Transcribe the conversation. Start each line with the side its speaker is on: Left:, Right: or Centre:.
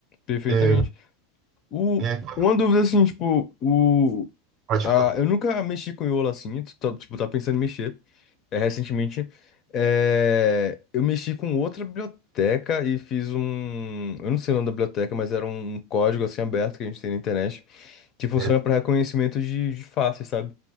Left: perfeitamente.
Right: É,
Left: O...
Right: é, não
Left: Uma dúvida assim, tipo, o...
Right: pode
Left: Ah,
Right: falar.
Left: eu nunca mexi com Iola assim, tu tá- tipo, tá pensando em mexer. É, recentemente, é, eu mexi com outra biblioteca e fiz um. Eu não sei o nome da biblioteca, mas era um um código assim aberto que a gente tem na internet que funciona
Right: Certo.
Left: para reconhecimento de, de faces, sabe?